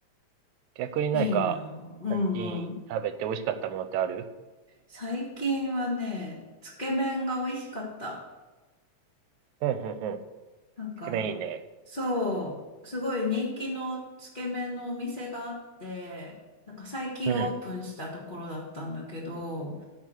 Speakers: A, on the right; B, on the left.
A: 逆になんか、
B: いいな。うん、
A: 最近食べて美味しかったものってある
B: うん。最近はね、つけ麺が美味しかった。
A: うん、うん、うん。
B: なんか、
A: つけ麺いいね。
B: そう、すごい人気のつけ麺のお店があって、なんか最近オープンしたところだったんだけど、
A: うん、